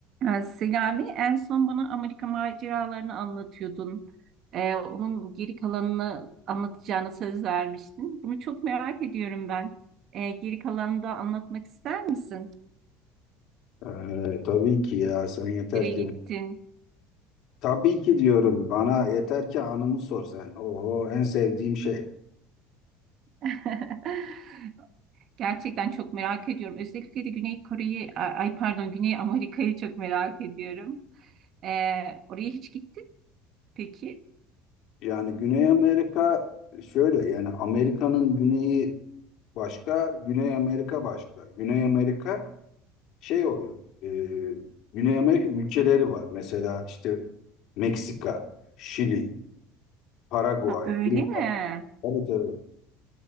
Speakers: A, on the right; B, on the left.
A: Ee, Selami, en son bana Amerika maceralarını anlatıyordun. Ee, onun geri kalanını anlatacağına söz vermiştin. Bunu çok merak ediyorum ben. Ee, geri kalanını da anlatmak ister misin?
B: Ee, tabii ki ya sen yeter
A: Nereye
B: ki
A: gittin?
B: tabii ki diyorum bana yeter ki anımı sor sen. Oho en sevdiğim şey.
A: <laughs> Gerçekten çok merak ediyorum. Özellikle de Güney Kore'yi, ay pardon Güney Amerika'yı çok merak ediyorum. Ee, oraya hiç gittin mi peki?
B: Yani Güney Amerika şöyle yani Amerika'nın güneyi başka, Güney Amerika başka. Güney Amerika şey oluyor. e, Güney Amerika ülkeleri var. Mesela işte Meksika, Şili, Paraguay,
A: Ha, öyle
B: Uruguay.
A: mi?
B: Tabii tabii.